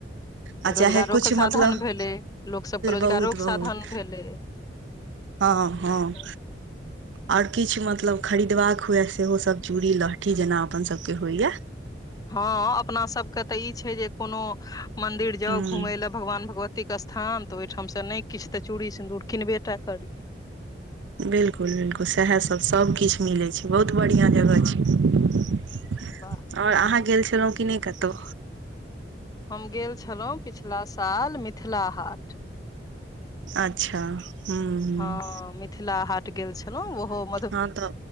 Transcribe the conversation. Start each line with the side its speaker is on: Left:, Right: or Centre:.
Right: आ चाहे
Left: रोजगारोके
Right: कुछ
Left: साधन
Right: मतलब
Left: भेलै, लोग सभके रोजगारोके
Right: बहुत बहुत
Left: साधन भेलै।
Right: हँ -हँ।
Left: तऽ
Right: ओर किछ मतलब खरीदबाक हुए, सेहोसभ चूड़ी- लहठी जेना अपन सभके होइएा
Left: हँ अपना सब के तऽ ई छै, जे कोनो मंदिर
Right: हूँ
Left: जाउ घुमे लऽ भगवान! भगवती के स्थान, तऽ ओहिठाम से नै किछ तऽ चूड़ी सिन्दूर किनबे टा करी।
Right: बिलकुल- बिलकुल! सेहासभ सब किछ मिलै छै, बहुत बढ़िआँ जगह छै।
Left: वाह।
Right: और अहाँ गेल छलहुँ कि नै कतो?
Left: हम गेल छलहुँ पिछला साल मिथिला हाट।
Right: अच्छा! हुँ।
Left: हँ मिथिला हाट गेल छलहुँ, ओहो मध
Right: हँ तऽ